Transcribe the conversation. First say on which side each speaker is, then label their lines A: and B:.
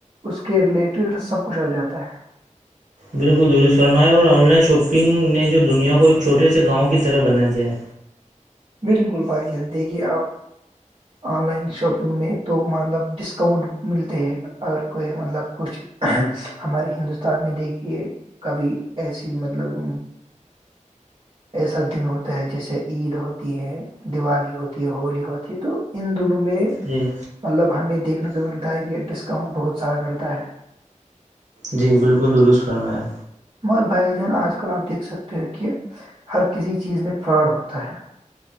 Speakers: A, on the right; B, on the right.
A: اس کے ریلیٹڈ سب کچھا جاتا ہے
B: بالکل درست فرماائے اور آن لائن شاپنگ نے جو دنیا کو ایک چھوٹے سے گاؤں کی طرح بنا دیا ہے
A: بالکل بھائی جان دیکھیے آپ آن لائن شاپنگ میں تو مطلب ڈسکاؤنٹ ملتے ہیں اگر کوئی مطلب کچھ ہمارے ہندوستان میں دیکھیے کبھی ایسی مطلب ایسا دن ہوتا ہے جیسے عید ہو ہوتی ہے دیوالی ہوتی ہے ہولی ہوتی ہے تو ان دونوں میں
B: جی
A: مطلب ہمیں دیکھنے کو ملتا ہے یہ ڈسکاؤنٹ بہت سارا ملتا ہے
B: جی بالکل درست فرمایا
A: مگر بائی جان آج کل آپ دیکھ سکتے ہو کہ ہر کسی چیز میں فراڈ ہوتا ہے